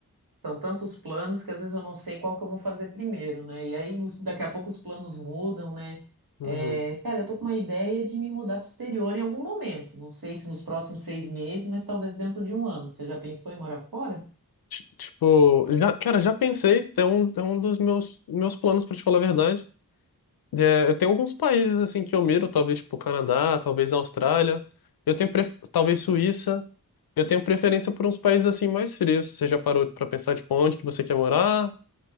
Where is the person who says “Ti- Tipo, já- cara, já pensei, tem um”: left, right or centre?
Left